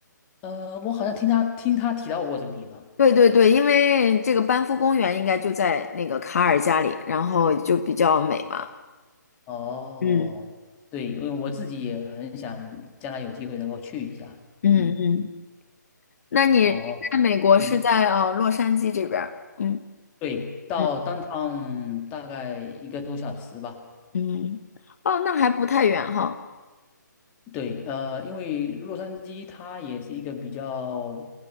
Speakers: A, on the left; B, on the left.
A: 呃，我好像听他听他提到过这个地方。
B: 对对对，因为这个班夫公园应该就在那个卡尔加里，然后就比较美嘛，
A: 哦，
B: 嗯，
A: 对，因为我自己也很想将来有机会能够去一下。
B: 嗯嗯。
A: 嗯，
B: 那你你在美国是在呃洛杉矶这边儿？
A: 哦，嗯，
B: 嗯
A: 对，到当趟大概一个多小时吧。
B: 嗯嗯，哦，那还不太远哈。
A: 对，呃，因为洛杉矶它也是一个比较